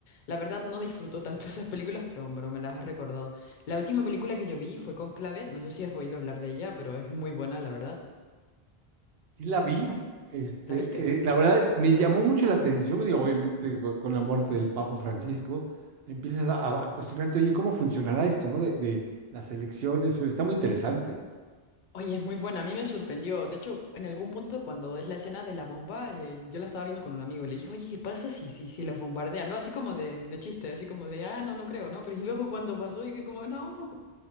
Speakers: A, on the left (about 60°); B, on the right (about 75°).
A: La verdad no disfruto tanto <laughs> esas películas, pero, pero me las has recordado. La última película que yo vi fue Conclave, no sé si has oído hablar de ella, pero es muy buena, la verdad.
B: Sí la vi,
A: ¿La,
B: este,
A: la viste?
B: eh, la verdad me llamó mucho la atención, digo, obviamente co- con, la muerte del Papa Francisco, empiezas a, a cuestionarte, oye, ¿cómo funcionará esto, no? De, de las elecciones, está muy interesante.
A: Oye, es muy buena, a mí me sorprendió. De hecho, en algún punto cuando es la escena de la bomba, eh, yo la estaba viendo con un amigo y le dije, oye, ¿qué pasa si, si, si los bombardean? ¿No? Así como de, de chiste, así como de, ah, no, no creo, ¿no? Pero <laughs> y luego cuando pasó, dije como, no,